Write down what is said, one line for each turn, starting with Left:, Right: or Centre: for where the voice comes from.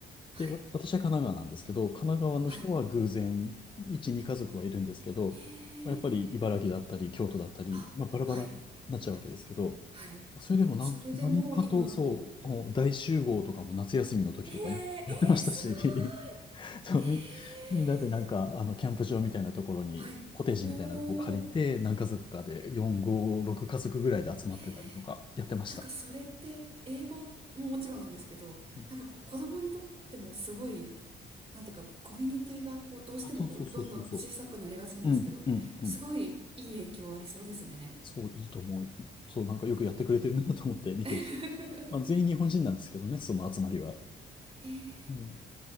Right: はい。
Left: で、わ私は神奈川なんですけど、神奈川の人は偶然、
Right: はい。
Left: 1、2家族はいるんですけど、
Right: へ
Left: まあやっぱり茨城だったり、
Right: え。
Left: 京都だったり、
Right: あ、
Left: まあ、バラバラになっちゃうわけですけど、
Right: はい。はい。
Left: それでもなん、
Right: それでもう今も
Left: 何かと、そう、もう大集合とかも夏休みの時とかや、
Right: う。へえ、えー、
Left: <laughs> やってましたし、
Right: すごい。
Left: <laughs> そう、
Right: へえ。
Left: み、みんなでなんか、あの、キャンプ場みたいなところに、
Right: はい。
Left: コテージみたいなとこ借りて、
Right: おー。
Left: 何家族かで、4、5、6家族ぐらいで集まってたりとか、
Right: へえ、
Left: やってました。
Right: なんかそれって英語ももちろんなんですけど、
Left: うん
Right: なんかこう子供にとってもすごい、なんていうかコミュニティがこうどうしてもこうどんどん小さくなりがちなんですけど、
Left: あ、そうそうそうそうそう。うん、うん、うん。
Right: すごいいい影響ありそうですね。
Left: そう、いいと思う。そう、なんかよくやってくれてるなと思って見て。
Right: <laughs>
Left: まあ、全員日本人なんですけどね、その集まりは。
Right: へえ、
Left: うん